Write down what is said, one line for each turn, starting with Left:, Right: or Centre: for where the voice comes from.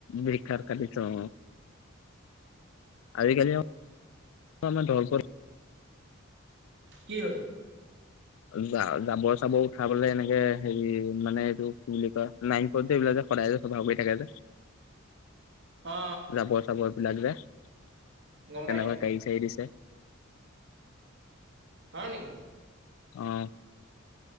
Left: বি্ষাৰ কাটিছ আজিকালি আমাৰ দল
Right: কি হ'ল
Left: জাবৰ চাবৰ উঠা পেললে এনেকে হেৰি মানে এইটো কি বুলি কয় নাইন এইবিলাক যে সদায় যে চফা কৰি থাকে যে
Right: অ
Left: যাব চাব লাগিব তেনেকুৱা
Right: গম পাইছো
Left: কাই চাই দিছে
Right: হয় নেকি?
Left: অঁ।